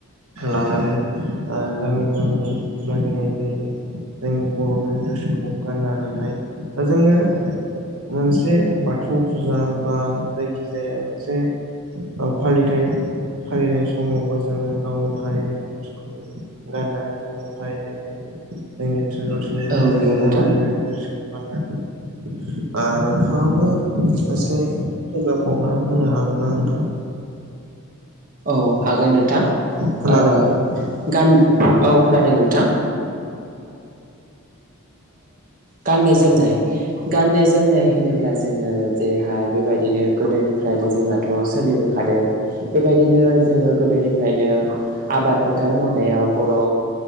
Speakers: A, on the right; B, on the right.
A: लानानै गामि गामि मागिनाय जायो जोंनि बर'नि ड्रेसखौ गाननानैहाय दा जोंङो मोनसे बाथौ फुजा बा जायखिजाया मोनसे फालिथाय फालिनाय समावबो जोंङो गावनि हारिनि ड्रेसखौ गाननानै जोंङो फालिनाय जायो जोंनि ट्रेडिसेनेल
B: औ नंगौ नोंथां
A: बर'निे द्रेसखौ गान्नानै नोंथाङाबो एसे फोरमायबावना होनो हागोन ना नोंथां
B: औ हागोन नोंथां
A: खोनादों
B: ओ
A: ना नोंथां?
B: गान औ खोनादों नोंथां गाननाय जोमनाय गाननाय जोमनाय होनोब्ला जोङो जेरैहाय बेबायदिनो गोदोनिफ्रायनो जोंनााथ' सोलिबोखादों बेबायदिनो जोंङो गोदोनिफ्रायनो आबाद फोथार मावनायाव बर'